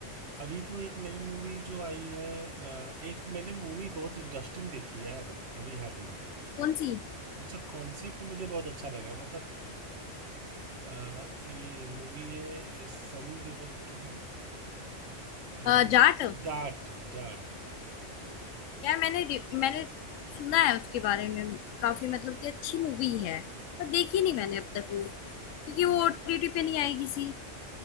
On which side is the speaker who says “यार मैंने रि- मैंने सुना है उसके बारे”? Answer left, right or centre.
Left